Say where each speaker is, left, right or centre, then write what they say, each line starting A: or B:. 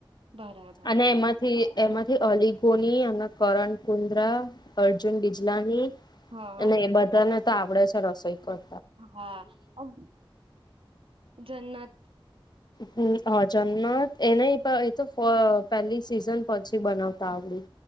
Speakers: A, on the right; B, on the left.
A: બરાબર
B: અને
A: બરાબર
B: એમાંથી એમાંથી અલી કોની અને કરણ કુંદ્રા અર્જુન બિજલાની
A: હા.
B: અને એ બધાને તો આવડે છે રસોઈ કર
A: હા, આ જન્નત
B: હમ્મ હા જન્નત એને એ તો પેલી સિઝન પછી બનાવતા આવડી.